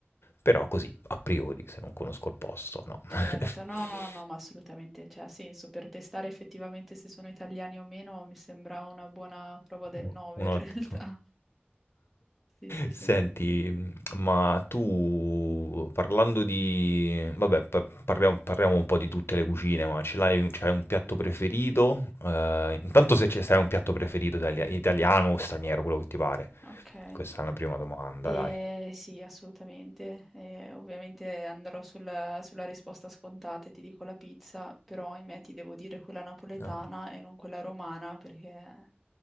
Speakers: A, on the left; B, in the centre.
A: Però così, a priori, se non conosco il posto, no. <laughs>
B: Certo, no, no, no, ma assolutamente, cioè, ha senso per testare effettivamente se sono italiani o meno, mi sembra una buona prova del 9
A: U uno
B: in <laughs> realtà.
A: ottimo.
B: Sì, sì, sì.
A: Senti, mhmm, ma tu parlando di vabbè pa parliamo parliamo un po' di tutte le cucine, ma ce l'hai c'hai un piatto preferito? Ehm, intanto se ce se hai un piatto preferito italia italiano o straniero, quello che ti pare.
B: Ok.
A: Questa è una prima domanda,
B: Eh,
A: dai.
B: sì, assolutamente. Eh, ovviamente andrò sulla, sulla risposta scontata e ti dico la pizza, però ahimè ti devo dire quella napoletana
A: No.
B: e non quella romana perché